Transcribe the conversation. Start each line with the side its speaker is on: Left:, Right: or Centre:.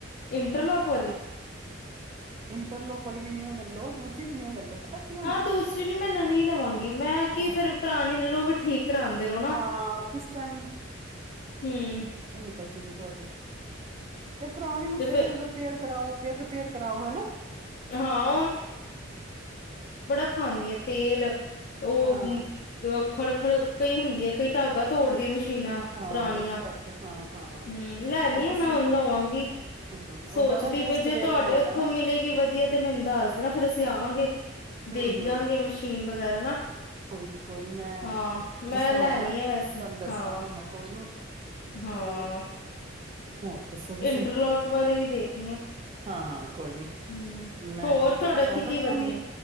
Left: ਇੰਟਰਲੋਕ ਵਾਲੀ?
Right: ਇੰਟਰਲੋਕ ਵਾਲੀ ਵੀ ਨਿਊ ਲੈ ਲੋ। ਦੂਜੀ ਵੀ ਨਿਊ ਲੈ ਲੋ। ਪਤਾ ਕੀ ਹੁੰਦਾ
Left: ਹਾਂ, ਦੂਸਰੀ ਵੀ ਮੈਂ ਨਵੀਂ ਲਵਾਂਗੀ। ਮੈਂ
Right: ਹਾਂ।
Left: ਕਿ ਫੇਿਰ ਪੁਰਾਣੀ ਨੂ ਵੀ ਠੀਕ ਕਰਾਉਂਦੇ ਰਹੋ ਨਾ
Right: ਹਾਂ ਕਿਸ ਟਾਈਮ
Left: ਹਮ
Right: ਨਲ ਸੀਗੀ ਤੁਹਾਡੀ ਤੇ ਪੁਰਾਣੀ ਨੂੰ
Left: ਤੇ
Right: ਫੇਿਰ
Left: ਫੇਰ
Right: ਰਿਪੇਅਰ ਕਰਾਓ ਫੇਿਰ ਰਿਪੇਅਰ ਕਰਾਓ ਹਨਾ
Left: ਹਾਂ ਖਾਂਦੀਆਂ ਤੇਲ ਉਹ
Right: ਹਾਂ
Left: ਖੜ ਖੜ ਕਈ ਹੁੰਦੀ ਹੈ ਕਈ ਧਾਗਾ ਤੋੜਦੀਆਂ ਮ ਮਸ਼ੀਨਾਂ
Right: ਹਾਂ
Left: ਪੁਰਾਣੀਆਂ
Right: ਇਸ ਕਰਕੇ ਹਾਂ ਹਾਂ
Left: ਹਮ ਲੈਣੀ
Right: ਤੇ
Left: ਆ
Right: ਤੁਸੀਂ
Left: ਮੈਂ ਹੁਣ ਲਵਾਂਗੀ
Right: ਹੂੰ
Left: ਸੋਚਦੀ
Right: ਉਹ ਜ਼ਿਆਦਾ ਬੈਸਟ
Left: ਵੀ ਜੇ
Right: ਰਹੇਗਾ
Left: ਤੁਹਾਡੇ
Right: ਤੁਹਾਡਾ
Left: ਉੱਥੋਂ
Right: ਨਾ
Left: ਮਿਲੇਗੀ ਵਧੀਆ ਮੈਨੂੰ ਦੱਸ ਦੇਣਾ ਫੇਰ ਅਸੀਂ ਆਵਾਂਗੇ ਦੇਖ
Right: ਹੂੰ ਹੂੰ
Left: ਜਾਂਗੇ ਮਸ਼ੀਨ ਵਗੈਰਾ ਨਾ
Right: ਕੋਈ ਨੀ ਕੋਈ ਨੀ ਮੈਂ
Left: ਹਾਂ ਮੈਂ
Right: ਜਿਸ ਤਰ੍ਹਾਂ
Left: ਲੈਣੀ
Right: ਹੋਏਗਾ ਤੁਹਾਨੂੰ
Left: ਆ ਵੈਸੇ
Right: ਦੱਸਾਂਗੀ
Left: ਹਾਂ।
Right: ਮੈਂ ਕੋਈ ਨੀ
Left: ਹਾਂ
Right: ਹੋਰ ਹੋਰ ਦੱਸੋ ਤੁਸੀਂ
Left: ਇੰਟਰਲੋਕ ਵਾਲੀ ਵੀ ਦੇਖਣੀ ਹੈ
Right: ਹਾਂ ਹਾਂ ਕੋਈ ਨੀ
Left: ਹਮ
Right: ਮੈਂ
Left: ਹੋਰ
Right: ਪਤਾ
Left: ਤੁਹਾਡਾ ਇੱਥੇ
Right: ਕਰ
Left: ਕੀ
Right: ਰੱਖਾਂਗੀ
Left: ਵਧੀਆ